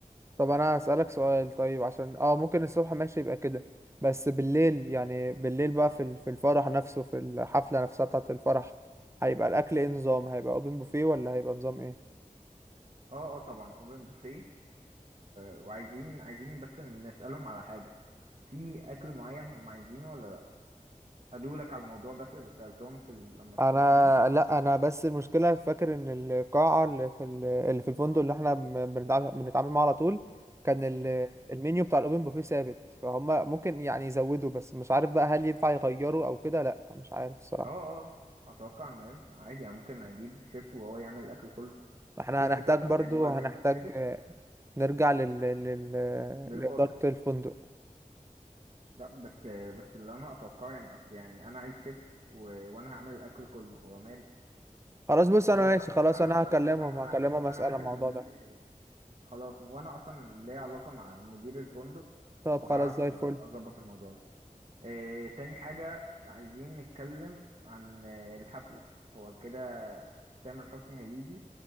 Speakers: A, on the right; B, on the right.
A: طب انا هسألك سؤال طيب عشان اه ممكن الصبح ماشي يبقى كده بس بالليل يعني بالليل بقى في ال- في الفرح نفسه في الحفلة نفسها بتاعة الفرح هيبقى الاكل ايه نظام هيبقى اوبن بوفيه ولا هيبقى نظام ايه
B: اه اه طبعا اوبن بوفيه وعايزين عايزين بس نسألهم على حاجة في اكل معين هم عايزينه ولا لا قالوا لك على الموضوع ده في اللي سألتهم في ال- لما اتصلت
A: انا
B: بيهم
A: لا انا بس المشكلة فاكر ان القاعة اللي في ال- اللي في الفندق اللي احنا بن- بنتعامل بنتعامل معاه على طول كان ال- المنيو بتاع الاوبن بوفيه ثابت فهم ممكن يعني يزودوا بس مش عارف بقى هل ينفع يغيروا او كده لا مش عارف الصراحة
B: اه اه اتوقع انه ينفع عادي يعني ممكن اجيب شيف وهو يعمل الاكل كله
A: فاحنا
B: مش الشيف
A: هنحتاج
B: بتاعهم
A: برضو
B: يعني هو المنيو
A: هنحتاج
B: الثابت
A: آه، نرجع لل... لل...
B: للبادجت
A: لإدارة الفندق
B: لا بس بس اللي انا اتوقعه يعني اصل يعني انا عايز شيف و... وانا هعمل الاكل كله هو ماله
A: خلاص بص
B: اتوقع
A: انا ماشي خلاص
B: انا
A: انا
B: هتصرف
A: هكلمهم
B: انا
A: هكلمهم
B: عارف
A: اسأل
B: انا عارف
A: عن الموضوع
B: المدير
A: ده
B: خلاص وانا اصلا ليا علاقة مع مدير الفندق
A: طب
B: وهعرف
A: خلاص زي الفل
B: اظبط الموضوع ده آه، تاني حاجة عايزين نتكلم عن آه، الحفلة هو كده تامر حسني هيجي